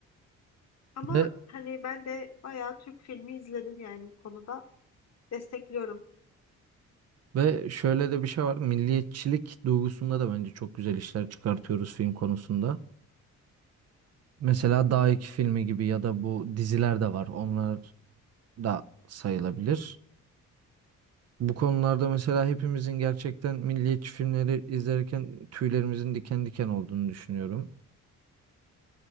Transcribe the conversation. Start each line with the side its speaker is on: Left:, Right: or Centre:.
Left: Ama
Right: Ve,
Left: hani ben de bayağı Türk filmi izledim yani bu konuda. Destekliyorum.
Right: ve şöyle de bir şey var. Milliyetçilik duygusunda da bence çok güzel işler çıkartıyoruz film konusunda. Mesela Dağ iki filmi gibi ya da bu diziler de var. Onlar da sayılabilir. Bu konularda mesela hepimizin gerçekten milliyetçi filmleri izlerken tüylerimizin diken diken olduğunu düşünüyorum.